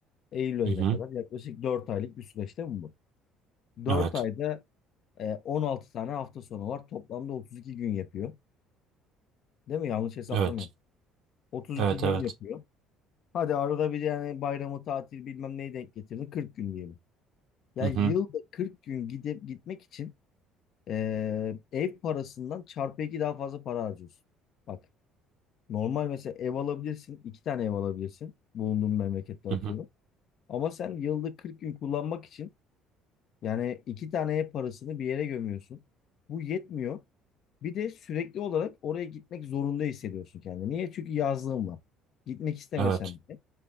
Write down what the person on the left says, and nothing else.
Eylül ayına
kadar yaklaşık 4 aylık bir süreç değil mi bu? Dört
ayda e, 16 tane hafta sonu var. Toplamda 32 gün yapıyor. Değil mi? Yanlış hesaplamıyorum.
32
gün
yapıyor. Hadi arada bir yani bayramı tatil bilmem neyi denk getirdin. 40 gün diyelim. Ya
yılda
40 gün gidip gitmek için Ee, ev parasından çarpı iki daha fazla para harcıyorsun. Bak normal mesela ev alabilirsin. iki tane ev alabilirsin. Bulunduğun memlekette
atıyorum.
Ama sen yılda 40 gün kullanmak için yani iki tane ev parasını bir yere gömüyorsun. Bu yetmiyor. Bir de sürekli olarak oraya gitmek zorunda hissediyorsun kendini. Niye? Çünkü yazlığın var. Gitmek istemesen
bile.